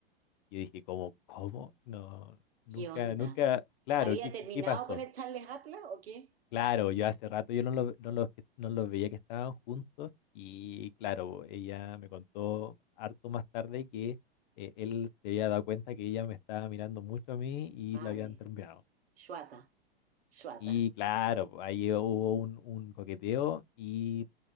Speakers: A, on the left (about 50°); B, on the right (about 75°).
A: Y dije, ¿cómo? ¿Cómo? No, nunca,
B: ¿Qué onda?
A: nunca, claro,
B: ¿Había
A: ¿qué,
B: terminado
A: qué, qué pasó?
B: con el Charles Atlas o qué?
A: Claro, yo hace rato yo no los no los que- no los veía que estaban juntos y claro, ella me contó harto más tarde que eh, él se había dado cuenta que ella me estaba mirando mucho a mí y
B: Madre,
A: la habían terminado.
B: Shuata, Shuata.
A: Y claro, pues, ahí hubo un, un coqueteo y